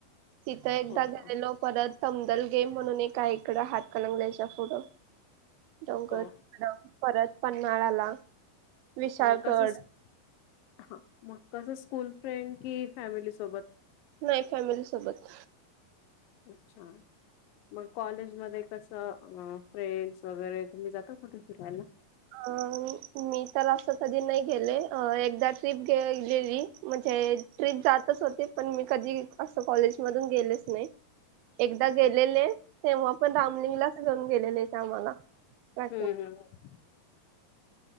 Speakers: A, on the right; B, on the left.
A: तिथं एकदा
B: हो
A: गेलेलो
B: हो
A: परत तमदल गेम म्हणून एक इकडं हात कलंगल्याच्या पुुढं डोंगत
B: हो
A: परत पन्हाळाला विशाळगड
B: अच्छा मग कसं हा मग कसं स्कूल फ्रेंड कि फॅमिली सोबत
A: नाही फॅमिली सोबत
B: अच्छा मग कॉलेज मध्ये कसं फ्रेंड्स वगैरे तुम्ही जाता कुठे फिरायला?
A: अ मी तर असं कधी नाही गेले एकदा ट्रिप गेलेली म्हणजे ट्रीरीप जातंच होते पण मी कधी असं कॉलेज गेले नाही एकदा
B: अच्छा.
A: गेलेले तेव्हा आपण रामलिंगलाच घेऊन गेलेले ते आम्हाला ट्रॅकिंग
B: हम्म हम्म